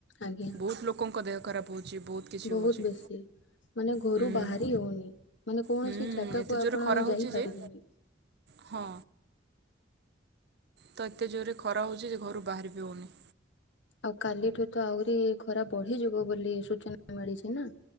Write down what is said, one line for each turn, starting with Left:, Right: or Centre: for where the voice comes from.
Left: ଆଜ୍ଞା
Right: ବହୁତ୍‌ ଲୋକଙ୍କ ଦେହ ଖରାପ ହଉଛି ବହୁତ୍‌ କିଛି
Left: ବହୁତ
Right: ହଉଛି।
Left: ବେଶୀ। ମାନେ ଘରୁ
Right: ହୁଁ।
Left: ବାହାରି ହଉନି ମାନେ କୌଣସି
Right: ହୁଁ
Left: ଜାଗାକୁ
Right: ଏତେ
Left: ଆପଣ
Right: ଜୋରେ ଖରା ହଉଛି
Left: ଯାଇପାରିବେନି।
Right: ଯେ ହଁ। ତ ଏତେ ଜୋରେ ଖରା ହଉଚି ଯେ ଘରୁ ବାହାର ବିି ହେଉନି।
Left: ଆଉ କାଲିଠୁ ତ ଆହୁରି ଖରା ବଢିଯିବ ବୋଲି ସୂଚନା ମିଳିଛି ନା।